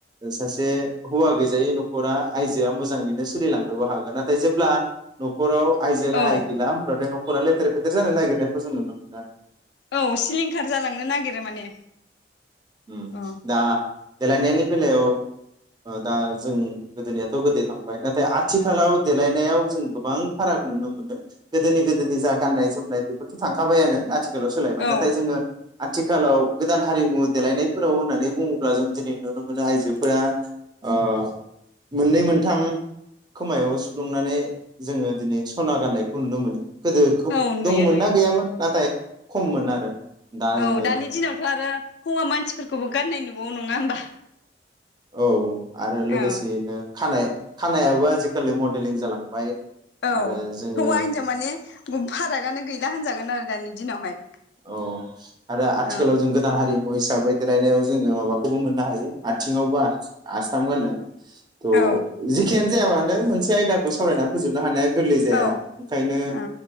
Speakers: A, on the right; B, on the left.
A: सासे हौवा गैजायै नखरा आइजोआ मोजाङैनो सोलिलांनोबो हागोन नाथाय जे ब्ला नखराव आइजो
B: औ
A: गाहाय गैला होमबाथाय नखरा गेदेर फेथ गेदेर जानो नागिरनायखौ जों नुनो मोनो।
B: औ सिलिंखार जालांनो नागिरो माने।
A: उम
B: अ
A: दा देलायनायनि बेलायाव ओ दा जों गोदोनियाथ गोदो थांबाय नाथाय आथिखालाव देलायनायाव जों गोबां फाराग नुनो मोनो गोदोनि गोदोनि जा गाननाय जोमनाय बेफोरथ थांखाबायानो आथि ल सोलायबाय
B: औ
A: नाथाय जोङो आथिखालाव गोदान हारिमु देलायनायफोराव होननानै बुङोब्ला जों दिनै नुनो मोनो आइजोफोरा ओ मोननै मोनथाम खोमायाव सुफ्लुंनानै जोङो दिनै सना गाननायखौ नुनो मोनो। गोदो खोब
B: औ नुयो
A: दंमोन
B: नुयो
A: ना गैयामोन नाथाय खममोन आरो। दा
B: औ
A: जोङो
B: दानि दिनावथ आरो हौवा मानसिफोर खौबो गाननाय नु न'आव नङा होमबा?
A: औ। आरो लोगोसेयैनो
B: औ
A: खानाय खानायाबो आजिखालि मडेलिं जालांबाय।
B: औ
A: आरो जोङो
B: हौवा हिनजाव माने फारागानो गैल ला होनजागोन आरो दानि दिनावहाय।
A: औ आरो आथिखालाव
B: औ
A: जों गोदान हारिमु हिसाबै देलायनायाव जोङो माबाखौबो मोननो हायो आथिङावबो आस आस्थाम गानो। औ-औ
B: औ
A: जेखियानो जाया मा नों मोनसे आयदाखौ सावरायनानै फोजोबनो हानाया गोरलै जाया
B: औ
A: ओंखायनो
B: औ